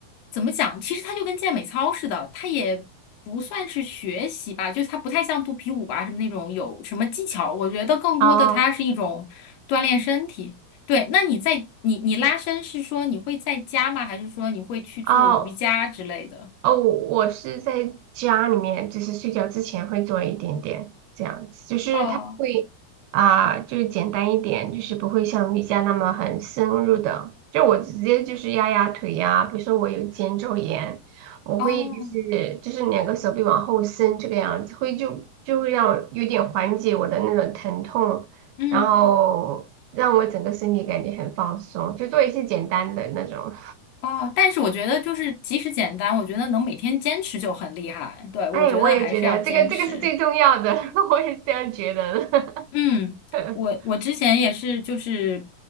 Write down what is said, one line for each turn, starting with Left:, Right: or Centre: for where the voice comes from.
Left: 怎么讲？其实它就跟健美操似的，它也不算是学习吧，就是它不太像肚皮舞啊什么那种有什么技巧。我觉得更多的它是一种锻炼身体。
Right: 哦
Left: 对，那你在你你拉伸是说你会在家吗？还是说你会去做瑜伽之类的？
Right: 哦，哦，我是在家里面，就是睡觉之前会做一点点这样子，就是它会啊、
Left: 哦
Right: 就是简单一点，就是不会像瑜伽那么很深入的。就我直接就是压压腿呀、比如说我有肩周炎，我会就是就是两个手臂往后伸这个样子，
Left: 哦，
Right: 会就就会让我有点缓解我的那种疼痛，
Left: 嗯
Right: 然后让我整个身体感觉很放松，就做一些简单的那种。
Left: 哦，但是我觉得就是即使简单，我觉得能每天坚持就很厉害。对，我觉得还是要坚持。
Right: 哎，我也觉得这个这个是最重要的，<laughs> 我也是这样觉得的。
Left: 嗯，
Right: <laughs>
Left: 我我之前也是，就是，